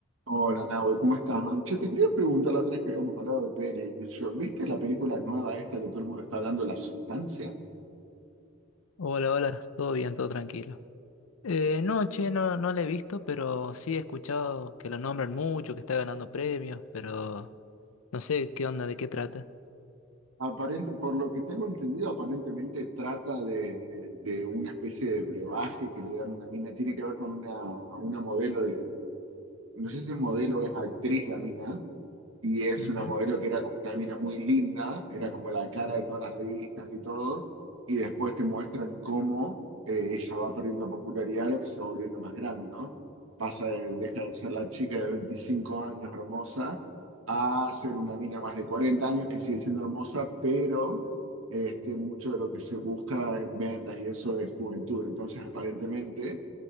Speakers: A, on the right; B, on the left.
A: Hola, Nahue, ¿cómo estás, man? Che, te quería preguntar la otra vez que habíamos hablado de Pérez. y qué sé yo. ¿Viste la película nueva esta que todo el mundo está hablando, La Sustancia?
B: Hola, hola, todo bien, todo tranquilo. Eh, no, che, no, no la he visto, pero sí he escuchado que lo nombran mucho, que está ganando premios, pero no sé qué onda, de qué trata.
A: Aparente, por lo que tengo entendido, aparentemente trata de, de una especie de brebaje que le dan a una mina. Tiene que ver con una, una modelo de, no sé si es modelo o es actriz la mina, y es
B: Ujú.
A: una modelo que era como una mina muy linda, era como la cara de todas las revistas y todo, y después te muestran cómo eh, ella va perdiendo popularidad, lo que se va volviendo más grande, ¿no? Pasa de, deja de ser la chica de 25 años hermosa a ser una mina más de 40 años que sigue siendo hermosa, pero este, mucho de lo que se busca en ventas y eso es juventud. Entonces, aparentemente